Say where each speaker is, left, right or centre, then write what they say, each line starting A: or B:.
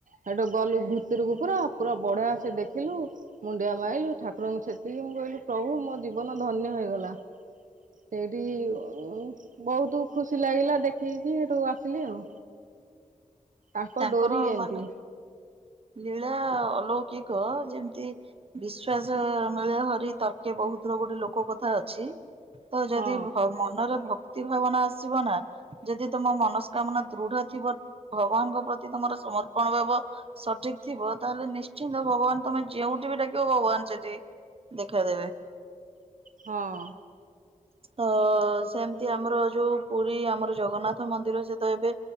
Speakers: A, on the right; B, on the right.
A: ହେଠୁ ଗଲୁ ଭିତୁରୁକୁ ପୁରା, ପୁରା ବଢିଆ ସେ ଦେଖିଲୁ। ମୁଣ୍ଡିଆ ମାଇଲୁ ଠାକୁରଙ୍କୁ ସେତିକି ମୁଁ କହିଲି ପ୍ରଭୁ ମୋ ଜୀବନ ଧନ୍ୟ ହେଇଗଲା। ସେଇଠି ଉଁ ବହୁତୁ ଖୁସି ଲାଗିଲା ଦେଖିକି ହେଟୁ ଆସିଲି ଆଉ। ତାଙ୍କ
B: ତାଙ୍କର
A: ଡୋରି ଏମିତି
B: ମାନେ ଲୀଳା ଅଲୌକିକ ଯେମିତି ବିଶ୍ଵାସ ମିଳେ ହରି ତର୍କେ ବହୁତୁ ର ଗୋଟେ ଲୋକ କଥା ଅଛି। ତ ଯଦି
A: ହଁ
B: ଭ ମ ମନରେ ଭକ୍ତି ଭାବନା ଆସିବ ନା ଯଦି ତମ ମନସ୍କାମନା ଦୃଢ ଥିବ ଭଗବାନ୍ ପ୍ରତି ତମର ସମର୍ ପଣ ଭାବ ସଠିକ୍ ଥିବ ତାହେଲେ ନିଶ୍ଚିନ୍ତ ଭଗବାନ ତମେ ଯେଉଁଠି ବି ଡାକିବ ଭଗବାନ୍ ସେଠି ଦେଖା ଦେବେ।
A: ହଁ।
B: ତ ସେମିତି ଆମର ଯୋଉ ପୁରୀ ଆମର ଜଗନ୍ନାଥ ମନ୍ଦିର ସେ ତ ଏବେ